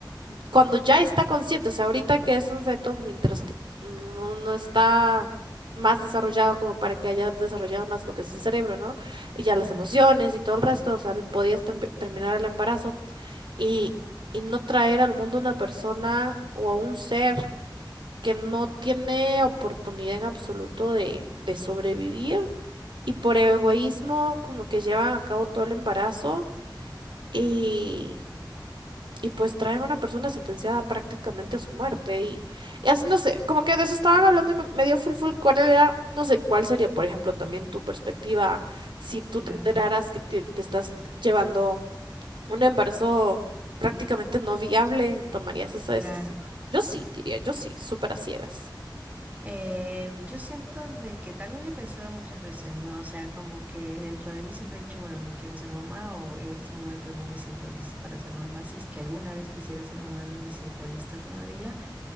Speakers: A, on the right (about 80°); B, on the right (about 20°).
A: cuando ya está consciente, o sea, ahorita que es un feto mientras que no, no está más desarrollado como para que haya desarrollado más lo que es el cerebro, ¿no? Y ya las
B: Ajá,
A: emociones y todo el resto, o sea, él podía estem- terminar el embarazo y, y no traer al mundo una persona o a un ser que no tiene oportunidad en absoluto de, de sobrevivir y por egoísmo como que llevan a cabo todo el embarazo y, y pues traen a una persona sentenciada prácticamente a su muerte y, y así no sé, como que de eso estaban hablando y me, me dio full full cuál era, no sé cuál sería por ejemplo también tu perspectiva si tú
B: claro,
A: te enteraras que, te- que estás llevando un embarazo prácticamente no viable, ¿tomarías esa
B: claro.
A: decisión? Yo sí, diría, yo sí, súper a ciegas.
B: Eh, yo siento de que también lo he pensado muchas veces, ¿no? O sea, como que dentro de mí siempre he dicho, bueno, no quiero ser mamá o en este momento no me siento lista para ser mamá. Si es que alguna vez quisiera ser mamá, no me siento lista todavía.